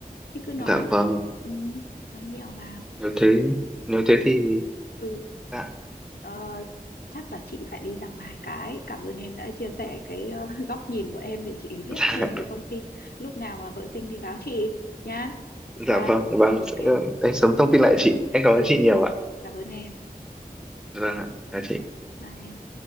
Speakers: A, on the left; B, in the centre.
A: thì cứ nói
B: dạ vâng,
A: ừ, nói nhiều vào
B: nếu thế, nếu thế
A: Ủa,
B: thì,
A: Ừ,
B: dạ,
A: ờ, chắc là chị phải đi ra ngoài cái. Cảm ơn em đã chia sẻ cái ờ, <laughs> góc nhìn của em để chị biết
B: <laughs>
A: thêm
B: dạ,
A: về thông tin. Lúc nào mà vợ sinh thì báo chị nhá. Chị qua.
B: dạ vâng, vâng,
A: Ok.
B: sẽ, em sớm thông tin lại chị, em cảm ơn
A: Ừ,
B: chị nhiều ạ,
A: cảm ơn em.
B: vâng ạ, chào chị.
A: Bye em.